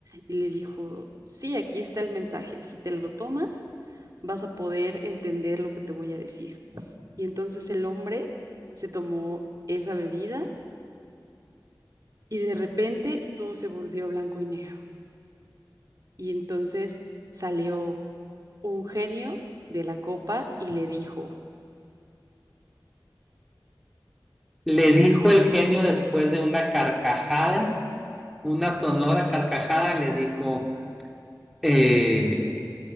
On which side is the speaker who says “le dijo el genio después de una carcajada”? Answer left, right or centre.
Centre